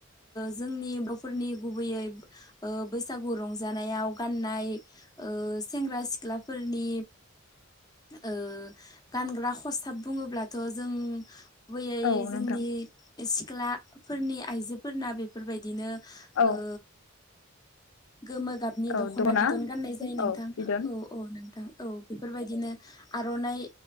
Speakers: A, on the left (about 20°); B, on the left (about 85°).
A: जोंनि बर'फोरनि गुबैयै ओ बैसागु रंजानायाव गाननाय सेंग्रा-सिख्लाफोरनि ओ गानग्रा खस्थाब बुङोब्लाथ' जों गुबैयै
B: औ
A: जोंनि
B: नोंथां
A: सिख्लाफोरनि आइजोफोरना बेफोरबायदिनो
B: औ
A: ओ गोमो गाबनि
B: औ
A: दख'ना
B: दना
A: बिदन गाननाय जायो नोंथां
B: औ बिदन
A: औ औ नोंथां औ बेफोर बायदिनो आर'नाइ